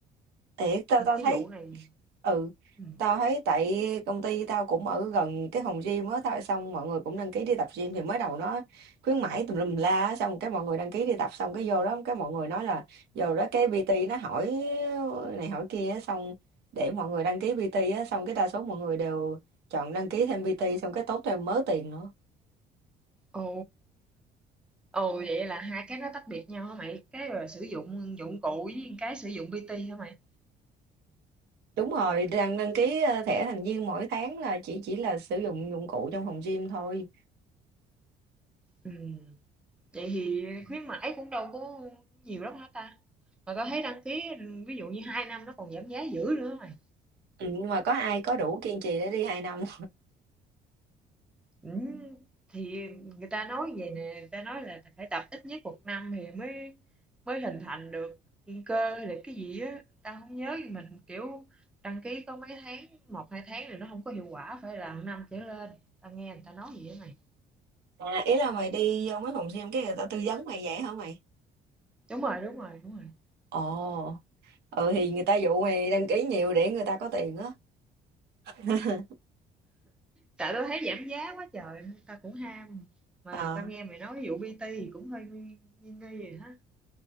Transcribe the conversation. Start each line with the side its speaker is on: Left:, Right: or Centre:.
Right: Thiệt, tao
Centre: Ừ,
Right: tao
Centre: Cái
Right: thấy
Centre: vụ này.
Right: ừ,
Centre: Ừ.
Right: tao thấy tại công ty tao cũng ở gần cái phòng gym á, tao xong mọi người cũng đăng ký đi tập gym thì mới đầu nó khuyến mãi tùm lum la á, xong cái mọi người đăng ký đi tập xong cái vô đó cái mọi người nói là vô đó cái PT nó hỏi này hỏi kia á, xong để mọi người đăng ký PT á, xong cái đa số mọi người đều chọn đăng ký thêm PT xong cái tốn thêm mớ tiền nữa.
Centre: Ồ. Ồ vậy là hai cái nó tách biệt nhau hả mày? Cái là sử dụng dụng cụ với cái sử dụng PT hả mày?
Right: Đúng rồi, đăng đăng ký ờ, thẻ thành viên mỗi tháng là chỉ chỉ là sử dụng dụng cụ trong phòng gym thôi.
Centre: Ừ. Vậy thì khuyến mãi cũng đâu có nhiều lắm hả ta? Mà tao thấy đăng ký ví dụ như hai năm nó còn giảm giá dữ nữa hả mày.
Right: Ừ, nhưng mà có ai có đủ kiên trì để đi 2 năm
Centre: Ừ. Thì người ta nói vậy nè, người ta nói là phải tập ít nhất một năm thì mới mới hình thành được cơ hay là cái gì á, tao không nhớ nhưng mình kiểu đăng ký có mấy tháng, một hai tháng thì nó không có hiệu quả phải là một năm trở lên. Tao nghe người ta nói vậy á mày.
Right: À, ý là mày đi vô mấy phòng gym cái người ta tư vấn mày vậy hả mày?
Centre: đúng rồi đúng rồi đúng rồi
Right: Ồ, ừ thì người ta dụ mày đăng ký nhiều để người ta có tiền á. <laughs>
Centre: tại tao thấy giảm giá quá trời nên tao cũng ham mà
Right: Ừ.
Centre: tao nghe mày nói vụ PT thì cũng hơi nghi nghi nghi rồi hả